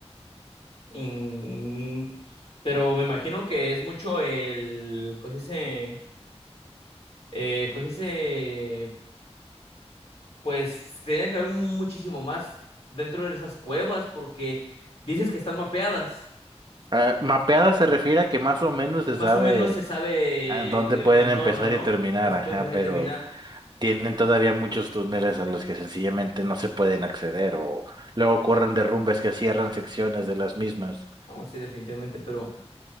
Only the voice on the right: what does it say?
Ah, mapeada se refiere a que más o menos se
sabe
a dónde
pueden
empezar
y terminar,
ajá,
pero
tienen todavía muchos túneles a los que sencillamente no se pueden acceder o luego ocurren derrumbes que cierran secciones de las mismas.